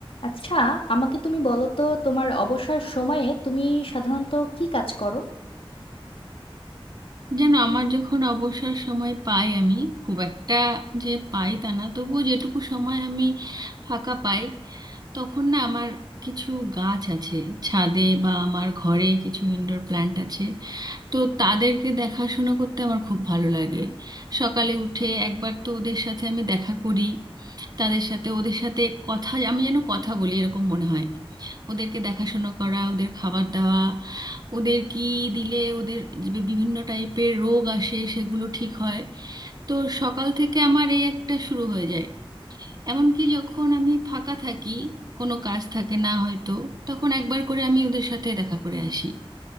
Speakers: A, on the left (about 70°); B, on the right (about 45°).
A: আচ্ছা আমাকে তুমি বলো তো তোমার অবসর সময়ে তুমি সাধারণত কি কাজ করো
B: যেন আমার যখন অবসর সময় পাই আমি খুব একটা যে পাই তা না তবুও যেটুকু সময় আমি ফাঁকা পাই তখন না আমার কিছু গাছ আছে ছাদে বা আমার ঘরে কিছু ইনডোর প্ল্যান্ট আছে তো তাদেরকে দেখাশোনা করতে আমার খুব ভালো লাগে সকালে উঠে একবার তো ওদের সাথে আমি দেখা করি তাদের সাথে ওদের সাথে কথা আমি যেন কথা বলি এরকম মনে হয় ওদেরকে দেখাশুনো করা ওদের খাবার দেওয়া ওদের কি দিলে ওদের যে বিভিন্ন টাইপের রোগ আসে সেগুলো ঠিক হয় তো সকাল থেকে আমার এই একটা শুরু হয়ে যায় এমনকি যখন আমি ফাঁকা থাকি কোনো কাজ থাকে না হয়তো তখন একবার করে আমি ওদের সাথে দেখা করে আসি